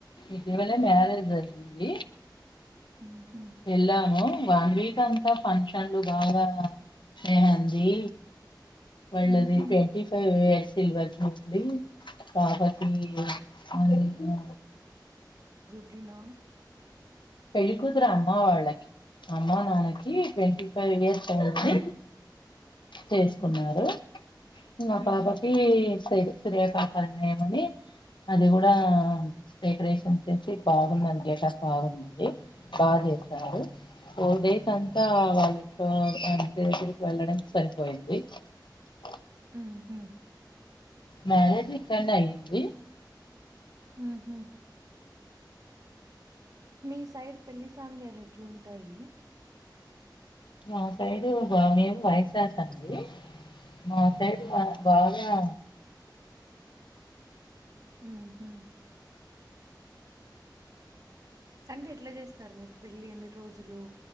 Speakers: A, on the left; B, on the right.
A: ఇటీవలే మ్యారేజ్ అయింది.
B: ఉహు
A: వెళ్ళాము వన్ వీక్ అంతా ఫంక్షన్లు బాగా మెహంది. వళ్ళది
B: ఉహు
A: ట్వంట ఫైవ్ వే సిల్వర్ జూబ్లీ వీ కాపటి అదైనో
B: తిన్నావా?
A: పెళ్లికూతురు అమ్మ వాళ్ళకి అమ్మా, నాన్న కి ట్వంటీ ఫైవ్ ఇయర్స్ అయింది. చేసుకున్నారు
B: ఉహు
A: మా పాపకి
B: ఉహు
A: సైడ్ శ్రీ ఖపణయం అని అది కూడా డెకరేషన్ వచ్చేసి బాగున్నది గెటప్ బాగున్నది బాగా చేసారు. ఫోర్ డేస్ అంతా వాళ్ళ ఇంట్లో ఎరికి వెళ్ళడానికి సరేపోయింది. పోయింది
B: ఉహు
A: మ్యారేజ్ ఇక్కడ్నే అయ్యంది.
B: ఉహు మీ సైడ్ పెళ్లి సాంగ్యాలు ఎట్లుంటాయి?
A: మా సైడు బా మేము వైశాస్ అండి. మాసైడు మా బాగా
B: మ్హు అంటే ఎట్లా చేస్తారు మీరు పెళ్లి ఎన్ని రోజులు?